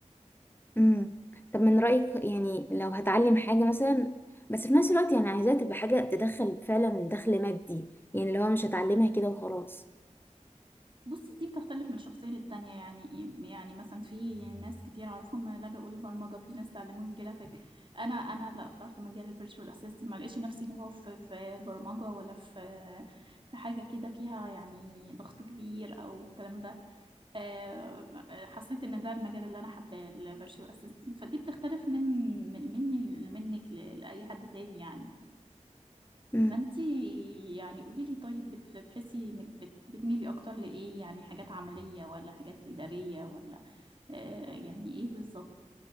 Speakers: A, on the left (about 15°); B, on the right (about 40°).
A: امم طب من رأيك يعني لو هتعلم حاجة مثلا بس في نفس الوقت يعني عايزاها تبقى حاجة تدخل فعلا دخل مادي يعني اللي هو مش هتعلمها كده وخلاص
B: بصي دي بتختلف من شخصية للتانية يعني إيه؟ يعني مثلا في ناس كتير اعرفهم لجأوا للبرمجة في ناس تعلموا الجرافيك انا انا لا اخترت مجال الفيرتشوال اسيست ما لقيتش نفسي اللي هو في في برمجة ولا في في حاجة كده فيها يعني ضغط كبير او الكلام ده آه، حسيت ان ده المجال اللي انا حباه الفيرتشوال اسيستنت فدي بتختلف من من- مني منك ل- لاي حد تاني يعني
A: امم
B: فانتي يعني قولي لي طيب بت- بتحسي انك بت- بتميلي اكتر لايه يعني حاجات عملية ولا حاجات ادارية ولا آه، يعني ايه بالظبط